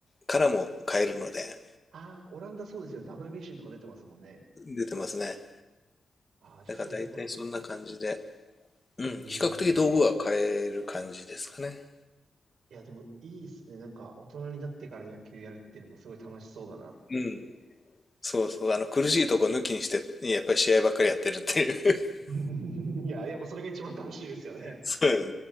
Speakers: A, on the left; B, on the right.
A: からも買えるので、
B: ああ、オランダそうですよね。WBC とか出てますもんね。
A: 出てますね。
B: ああ、じゃあそういうところかな。
A: だから大体そんな感じで、うん、
B: ええ
A: 比較的道具は買える感じですかね。
B: いや、でもいいっすね。なんか、大人になってから野球やるっていうのもすごい楽しそうだなっていう。
A: うん。そうそう、あの、苦しいとこ抜きにして、やっぱり試合ばっかりやってるっていう <laughs>
B: <laughs> いや、やっぱそれが一番楽しいですよね。
A: そうです